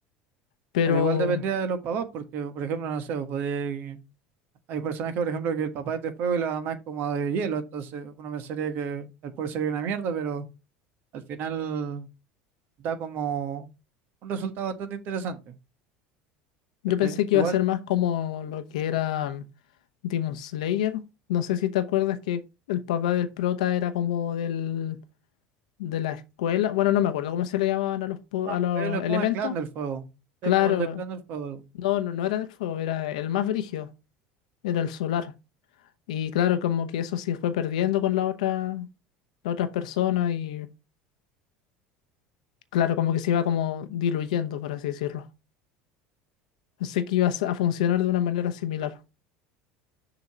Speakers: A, on the left (about 80°); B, on the right (about 55°).
A: Pero
B: Pero igual dependía de los papás, porque, por ejemplo, no sé, vos podíais- hay personajes, por ejemplo, que el papá es de fuego y la mamá es como de hielo, entonces uno pensaría que el poder sería una mierda, pero al final da como un resultado bastante interesante.
A: yo
B: ¿Cachai?
A: pensé que
B: Igual
A: iba a ser más como lo que era mm, Demon Slayer. No sé si te acuerdas que el papá del prota era como del, de la escuela. Bueno, no me acuerdo cómo se le llamaban a los, po-
B: Ah,
A: a los
B: Pueblo es
A: elementos.
B: como el clan del fuego.
A: Claro,
B: Es como el del clan del fuego.
A: no, no, no era del fuego, era el más brígido, era el solar. Y claro, como que eso sí fue perdiendo con la otra, la otra persona y claro, como que se iba como diluyendo, por así decirlo. Pensé que iba a s- a funcionar de una manera similar.